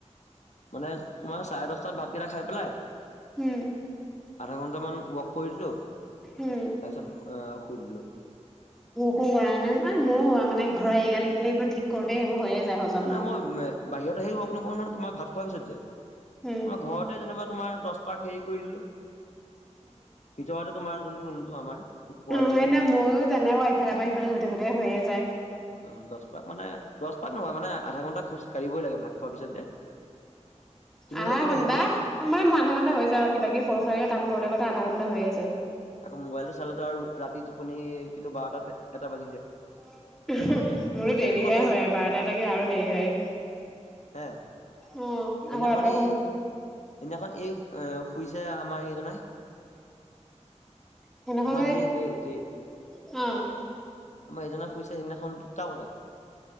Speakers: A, on the left; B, in the centre.
A: মানে তোমাৰ চাৰে দচটাত ভাতকেইটা খাই পেলাই,
B: উম,
A: আধা ঘন মান ৱক কৰিদিলো। তাইছত
B: উম।
A: অ', শু শুই দিলোঁ।
B: মোকো কৰা নাই আৰু মোৰো হোৱা মানে, ঘৰৰ এইগাল ইফালে সিফালে ঠিক কৰোতে সেইবোৰ হৈয়ে যায় হজম
A: না, না,
B: মোৰ।
A: মই বাহিৰত আহি ৱক নকৰো নহয়, তোমাৰ ভাত খোৱাৰ পিছত যে,
B: উম,
A: তোমাৰ ঘৰতে যেনিবা তোমাৰ দছ পাক হেৰি কৰি দিলো। ভিতৰতে তোমাৰ জোন ৰুমটো আমাৰ। শোৱা
B: অ',
A: ৰুমটো
B: হয় ন, ময়ো জানদা ঘৰত ইফালৰ পৰা সিফালে ফালে গৈ থাকোতে হৈয়ে যায়।
A: অ', দচ পাক মানে, দচ পাক নহয় মানে আধা ঘণ্টা খোচ কাঢ়িবই লাগে। ভাত খোৱাৰ পিছত যে তুমি
B: আধা
A: লাগিলে
B: ঘন্টা,
A: হেভি খা
B: মই মোৰ আধা ঘন্টা হৈ যায় আৰু কিবাকিবি সৰু সুৰাকৈ কাম কৰোঁতে কৰোঁতে। আধা ঘণ্টা হৈ আছে।
A: আকৌ মোবাইল টো চালেতো আৰু ৰাতি টোপনি কিন্তু বাৰটাত এটা বাজি যায়।
B: মোৰো
A: সেইটোতো
B: দেৰিহে
A: কথাই
B: হয় আৰু বাৰটা এটাকে আৰু দেৰি হয়।
A: হে
B: অ'
A: সেইদিনাখন
B: আকৌ ৰাতিপুৱা
A: এই,
B: শুই
A: সেইদিনাখন এই শুইছে আত আমাৰ এগনাই
B: সেইদিনাখন
A: আমাৰ যে, যে, যে।
B: অ'।
A: আমাৰ এইজনা শুইছে সেইদিনাখন দুটা বজাত।